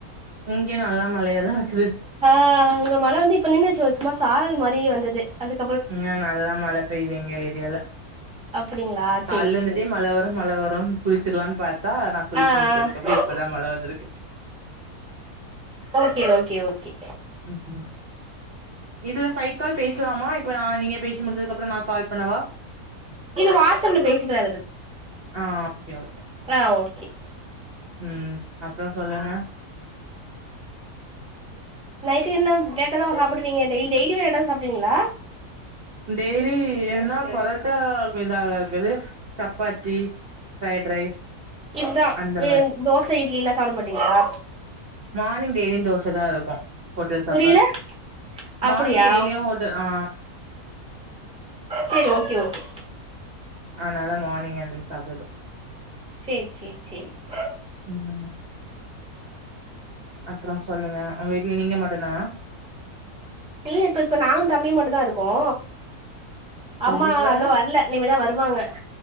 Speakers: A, on the right (about 45°); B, in the centre.
A: இங்க நல்லா மழயாதா இருக்குது
B: ஹா இங்க மழ வந்து இப்ப நின்னுர்ச்சு சும்மா சாரல் மாரி வந்தது அதுக்
A: ம்ங்க நல்லா மழ பெய்து எங்க ஏரியால
B: அப்டிங்களா சேரி
A: கால்லருந்துட்டே
B: சேரி
A: மழ வரு மழ வரு குளிச்சிர்லானு பாத்தா குளிஸ்சி
B: ஆ
A: முடிச்சதுகப்ரோ
B: ஆ
A: இப்பதா மழ வந்திருக்கு
B: ஓகே ஓகே ஓகே
A: <unintelligible> இதுல சைக்கால் பேஸ்லாமா இப்ப நா நீங்க பேஸ் முடிஞ்சதுக்கப்ரோ நா கால் பண்ணவா
B: இது வாட்ஸ்அப்ல பேசிக்கலா
A: ஆ க்கே ஓகே
B: அ ஓகே
A: ம் அப்ரோ சொல்லுங்க
B: நைட்டு என்ன லேட்டா தா சாப்புடுவீங்க டெய்ல் டெய்லியுமெ லேட்டா தா சாப்டுவிங்ளா
A: டெய்ரி என்னா பொரோட்டா இதாகருக்குது சப்பாத்தி ஃப்ரைட் ரைஸ்
B: இதா
A: அந்த
B: ம்
A: மாரி
B: தோச இட்லிலா சாப்ட மாட்டிங்களா
A: மானிங் டெய்லியு தோச தா இருக்கு ஹோட்டல் சாப்பாடு
B: புரியல அப்டியா
A: மானிங் டெய்லியு ஹோ க்கு ஆ
B: செரி ஓகே ஓகே
A: அனால மார்னிங் எந்திரிச்சா போது
B: செரி செரி செரி செரி
A: <unintelligible> அப்றோ சொல்லுங்க உங்க வீட்ல நீங்க மட்டு்தானா
B: இல்ல இப்பப்ப நானு தம்பியு மட்டு தா இருக்கோ
A: உங்க
B: அம்மா
A: வீட்ல வேற
B: இன்னு வரல இனிமே தா வருவாங்க.